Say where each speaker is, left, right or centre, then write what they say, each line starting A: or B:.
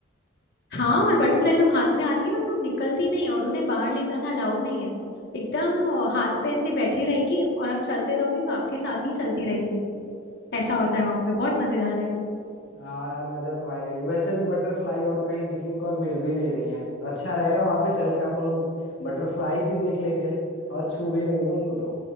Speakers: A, on the left (about 60°); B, on the left (about 75°).
A: हाँ और बटरफ्लाई जब हाथ में आती है ना तो निकलती नहीं है और उन्हें बाहर ले जाना अलाउड नहीं है एकदम अ, हाथ पे ऐसे बैठी रहेगी और आप चलते रहोगे तो आपके साथ ही चलती रहेगी ऐसा
B: अरे
A: होता है वहां पे बहुत मजेदार है
B: हाँ यार मजा तो आएगा ही वैसे भी बटरफ्लाई और कहीं दिखने को अब मिल भी नहीं रही हैं तो अच्छा रहेगा वहाँ पे चल के अपन लोग बटरफ्लाईज ही देख लेंगे और छू भी लेंगे उनको तो